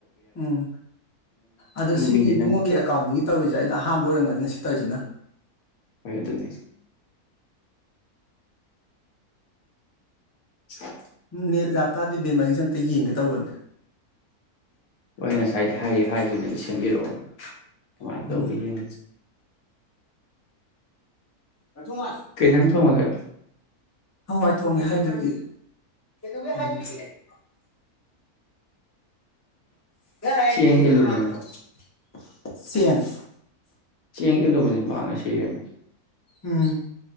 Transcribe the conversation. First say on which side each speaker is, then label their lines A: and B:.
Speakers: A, on the left; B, on the left.
A: ꯎꯝ ꯑꯗꯣ ꯁꯤꯒꯤ
B: ꯃꯤꯗꯤ
A: ꯏꯕꯨꯡꯉꯣꯒꯤ
B: ꯅꯪ
A: ꯑꯦꯀꯥꯎꯟꯗꯒꯤ ꯇꯧꯔꯤꯁꯦ ꯑꯩꯅ ꯑꯍꯥꯟꯕ ꯑꯣꯏꯔꯝꯒꯅꯤ ꯉꯁꯤ ꯇꯧꯔꯤꯁꯤꯅ
B: ꯍꯣꯏ ꯑꯗꯨꯅꯦ ꯑ
A: ꯅꯦꯠ ꯌꯥꯇꯥꯔꯗꯗꯤ ꯕꯦꯝ ꯃꯔꯤꯁꯦ ꯑꯝꯇ ꯌꯦꯡꯒꯦ ꯇꯧꯕꯅꯦ
B: ꯍ ꯉꯁꯥꯏꯗ ꯍꯥꯏꯔꯤ ꯍꯥꯏꯈꯤꯕꯅꯦꯕ ꯁꯦꯝꯕꯤꯔꯛꯑꯣꯅ ꯀꯃꯥꯏꯅ
A: ꯎꯝ
B: ꯇꯧꯕ ꯌꯦꯦ ꯅꯁ
A: ꯀꯊ ꯃꯥꯁ
B: ꯀꯩ ꯅꯪ ꯊꯣꯡꯉꯒꯦ
A: ꯍꯋꯥꯏ ꯊꯣꯡꯉꯦ ꯍꯥꯏꯗꯨꯗꯤ ꯀꯩꯗꯨꯋ
B: ꯎꯝ
A: ꯍꯥꯏꯗꯔꯤꯒꯦ ꯍ
B: ꯆꯦꯡ ꯏꯜꯂꯨꯕꯅꯦ
A: ꯊ ꯆꯦꯟ
B: ꯆꯦꯡꯒꯂꯣꯕ ꯋꯥꯉ ꯁꯔꯃꯦ
A: ꯎꯝ